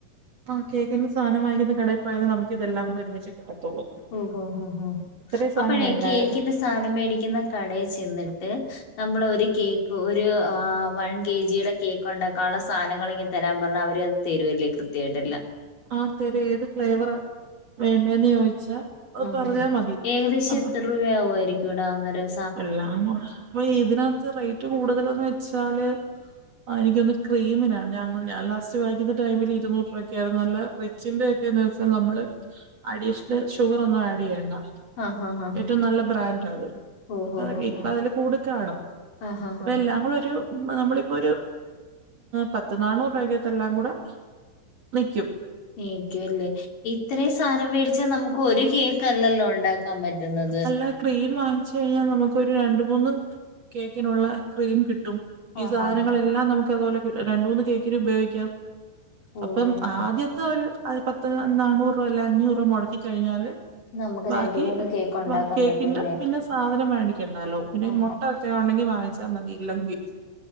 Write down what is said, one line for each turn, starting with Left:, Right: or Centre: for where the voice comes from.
Right: ആഹ് കേക്കിന്റെ സധനം മായിക്ന്ന കടേ പോയാലെ നമുകിതെല്ലാം കൂ ഒരുമിച്ച് കിട്ടത്തുള്ളൂ
Left: ഓഹ് ഓഹ് ഓഹ്
Right: ഇത്രയും സാധനം
Left: അപ്പഴേ
Right: വേണ്ടായോ
Left: കേക്കിന്റെ സാനം മേടിക്ന്ന കടേ ചെന്നിട്ട് നമ്മൾ ഒരു കേക്ക് ഒരു ഏഹ് വൺ കെ ജിയുടെ കേക്ക് ഉണ്ടാക്കാനുള്ള സാനങ്ങള് ഇങ് തരാൻ പറഞ്ഞാ അവര് അത് തെരുവല്ലേ കൃത്യയിട്ടെല്ലാ
Right: ആഹ് തെര് ഏത് ഫ്ലേവറാ വേണ്ടന്ന് ചോദിച്ചാ അത്
Left: ആഹ്
Right: പറഞ്ഞാ
Left: അഹ്
Right: മതി
Left: ഏകദേശം
Right: അപ്പ
Left: എത്ര രൂവാവുവായിരിക്കെടാ അന്നരം
Right: എല്ലാം വ അപ്പൊ ഇതിനകത്ത് റേറ്റ് കൂടുതലന്ന് വെച്ചാല് ആഹ് എനിക്കൊന്ന് ക്രീമിനാ ഞ ഞാൻ ലാസ്റ്റ് വായിക്ന്ന ടൈമിൽ ഇരുന്നൂറ് രൂവയ്ക്കായിരുന്നു നല്ല റെ ച്ചിന്റെ ഒക്കന്ന് വെച്ചാൽ നമ്മള് അഡീഷണൽ ഷുഗർ ഒന്നും ആഡ് ചെയ്യേണ്ട
Left: ആഹ് ആഹ് ആഹ്
Right: ഏറ്റവും നല്ല ബ്രാൻഡാ ആത്
Left: ഓഹോ
Right: അപ്പ അതൊകെ
Left: ഹോ
Right: ഇപ്പ
Left: ഹോ
Right: അതില് കൂടി കാണും
Left: ആഹ് ആഹ്
Right: അപ്പൊ
Left: ആഹ്
Right: എല്ലാം കൂടെ ഒരു നമ്മളിപ്പോ ഒരു പത്ത് നാനൂറ് രൂപകത്ത് എല്ലാം കൂടെ നിക്കും
Left: നിക്കും അല്ലേ ഇത്രയും സാധനം മേടിച്ചാൽ നമുക്ക് ഒരു കേക്കല്ലല്ലോ ഉണ്ടാക്കാൻ പറ്റുന്നത്
Right: അല്ല ക്രീം വാങ്ങിച്ച് കഴിഞ്ഞാൽ നമുക്കൊരു രണ്ട് മൂന്ന് കേക്കിനുള്ള ക്രീം കിട്ടും ഈ
Left: ആഹ്
Right: സാനങ്ങളെല്ലാം
Left: ആഹ്
Right: നമുക്ക് അതുപോലെ രണ്ട് മൂന്ന് കേക്കിന് ഉപയോഗിക്കാം അപ്പം
Left: ഓഹ് ഓഹ് ഓഹ്
Right: ആദ്യം ഇത് ഒരു അത് പത്ത് നന്നൂറ് രൂപ അല്ല അഞ്ഞൂറ് രൂപ മുടക്കി കഴിഞ്ഞാല്
Left: നമുക്ക്
Right: ബാക്കി
Left: രണ്ട് മൂന്ന് കേക്ക് ഉണ്ടാക്കാൻ
Right: കേക്കിന്റെ
Left: പറ്റുംല്ലേ
Right: പിന്നെ സാധനം മേടിക്കണ്ടാല്ലോ പിന്നെ
Left: ആഹ്
Right: മുട്ട ഒക്കെ ആണ്ടെങ്കി വാങ്ങിച്ച മതി ഇല്ലെങ്കി